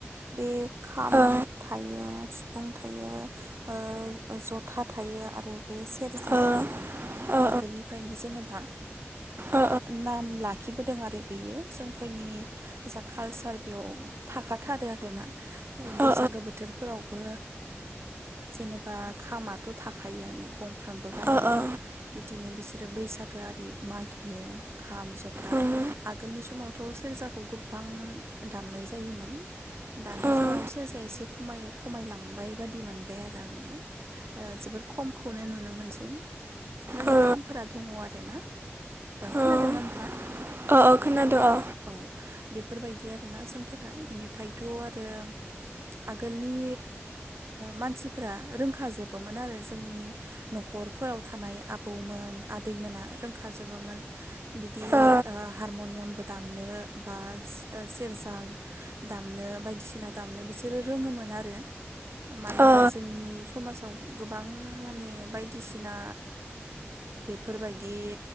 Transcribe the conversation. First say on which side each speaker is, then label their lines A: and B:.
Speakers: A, on the right (about 70°); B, on the right (about 55°).
A: बे खाम
B: ओ
A: थायो सिफुं थायो ओ जथा थायो आरो बे सेरजा
B: ओ ओ
A: आगोलनिफ्रायनो जेनेबा
B: ओ
A: नाम लाखिबोदों आरो बेयो जों फोरनि जा कालचार बेयाव थाखाथारो आरोना बैसागो
B: ओ
A: बोथोरफोरावबो जेनेबा खामाथ' थाखायोआनो गंफ्रोमबो गामियाव
B: ओ ओ
A: बिदिनो बिसोरो बैसागो आरि मागियो खाम जथा
B: उम
A: आगोलनि समाव। थ' सेरजाखौ गोबां दामनाय जायोमोन दानि
B: उम
A: समाव सेरजाया एसे खम खमायलांबाय बादि मोनबाय आरो आङो जोबोर खमखौनो नुनो मोनसै। नाथाय
B: ओ
A: खामफोरा दङ आरो ना। खोनादोंना
B: ओ
A: नोंथाङा?
B: ओ खोनादो ओ
A: औ बेफोरबायदि आरोना जोंफोरा बेनिफ्रायथ' आरो आगोलनि मानसिफोरा रोंखाजोबोमोन आरो जोंनि न'खरफोराव थानाय आबौमोन आदैमोना रोंखाजोबोमोन। बिदि
B: ओ
A: हारम'नियामबो दामनो बा सेरजा दामनो बायदिसिना दामनो बिसोरो रोङोमोन आरो मानो होनबा
B: ओ
A: जोंनि समाजाव गोबां माने बायदिसिना बेफोरबायदि